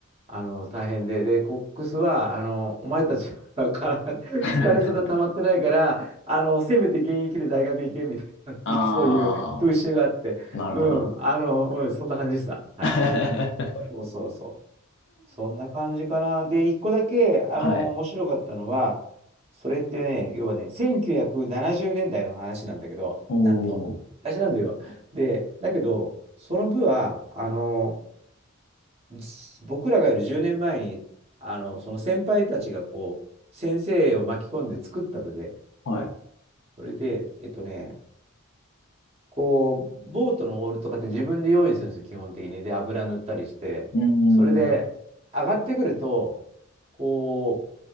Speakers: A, on the right (about 30°); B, on the left (about 55°).
A: あの、大変で。で、コックスは、あの、お前たちはから <laughs>
B: <laughs>
A: 疲れそんた溜まってないから、あの、せめて現役で大学行け、みたいな、
B: あ
A: <laughs> そういう風習があって。
B: あ、なるほど。
A: うん。あの、うん、そんな感じでした。はい。
B: <laughs>
A: そうそうそう。そんな感じかな。で、一個だけ、あの、
B: はい。
A: 面白かったのは、それってね、要はね、1970年代の話なんだけど、
B: おー、
A: なんと。昔なんだよ。で、だけど、その部は、あの、じ僕らがいる10年前に、あの、その先輩たちがこう、先生を巻き込んで作った部で、
B: はい。
A: それで、えっとね、こう、ボートのオールとかって自分で用意するんですよ、基本的に。で、油塗ったりして。
B: うー
A: それで、
B: ん、
A: 上がってくると、こ